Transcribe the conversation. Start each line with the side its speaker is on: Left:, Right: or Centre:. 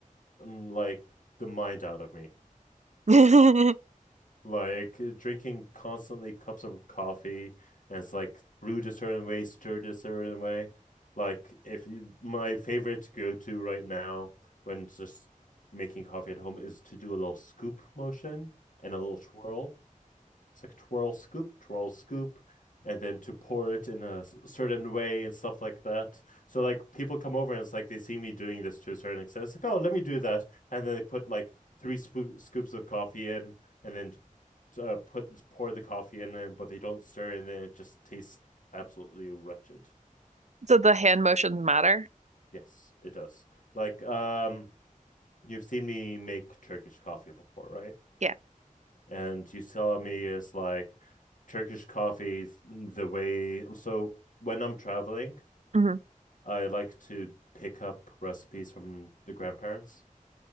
Left: mm, like the mind out of me.
Right: <laughs> hmm
Left: like uh, drinking constantly cups of coffee and it's like brewed a certain way, stirred a certain way. Like if you, my favorite go to right now when just making coffee at home is to do a little scoop motion and a little twirl. It's like twirl scoop, twirl scoop, and then to pour it in a certain way and stuff like that. So like people come over and it's like they see me doing this to a certain extent. It's like, oh, let me do that, and then they put like three spo- scoops of coffee in, and then uh, put pour the coffee in it, but they don't stir, and then it just tastes absolutely wretched.
Right: So the hand motions matter.
Left: Yes, it does. Like um, you've seen me make Turkish coffee before, right?
Right: Yeah.
Left: And you saw me as like Turkish coffee the way. So when I'm traveling,
Right: hmm
Left: I like to pick up recipes from the grandparents